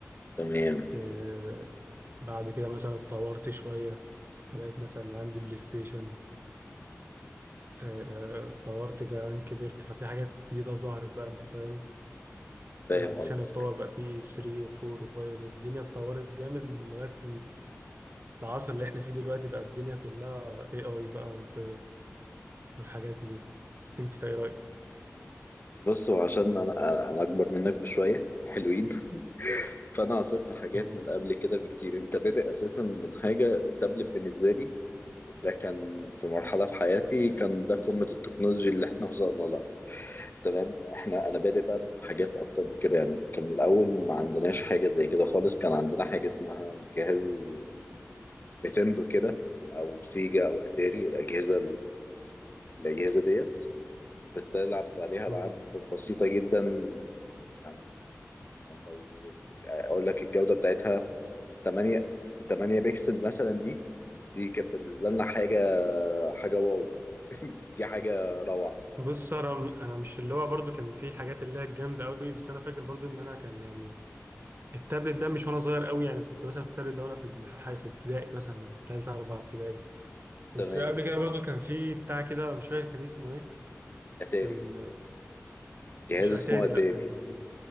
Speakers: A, on the left (about 40°); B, on the right (about 45°).
A: تمام
B: إيه بعد كده مثلا اتطورت شويه بقيت مثلا عندي بلاي ستيشن آه، آه، اتطورت كمان كبرت ففي حاجات جديده ظهرت بقى انت فاهم
A: فاهم
B: ديشان
A: قصدك
B: اتطور بقى فيه 3 و4 و5 والدنيا اتطورت جامد لغاية العصر اللي احنا فيه دلوقتي بقى الدنيا كلها اي اي بقى وانت والحاجات دي انت ايه رأيك؟
A: بص هو عشان انا انا اكبر منك بشويه حلوين <laughs> فانا عاصرت حاجات
B: مم.
A: من قبل كده بكتير انت بادئ اساسا من حاجه التابلت بالنسبه لي ده كان في مرحله في حياتي كان ده قمه التكنولوجيا اللي احنا وصلنا لها تمام احنا انا بادئ بقى بحاجات اكتر من كده يعني كان الاول ما عندناش حاجه زي كده خالص كان عندنا حاجه اسمها جهاز نينتندو كده او سيجا او اتاري الاجهزه الاجهزه ديت بتلعب عليها
B: مم.
A: العاب بسيطه جدا يعني يعني لو اقول لك الجوده بتاعتها 8 8 بكسل مثلا دي دي كانت بالنسبه لنا حاجه حاجه واو دي حاجه روعه
B: بص انا انا مش اللي هو برضو كان في حاجات اللي هي الجامدة قوي بس انا فاكر برضو ان انا كان يعني التابلت ده مش وانا صغير قوي يعني كنت مثلا في التابلت ده وانا في الحاجة في ابتدائي مثلا تالتة رابعة ابتدائي بس
A: تمام
B: قبل كده برضو كان في بتاع كده مش فاكر كان اسمه ايه
A: اتاري
B: كان
A: جهاز
B: مش
A: اسمه
B: اتاري
A: اتاري
B: لا كان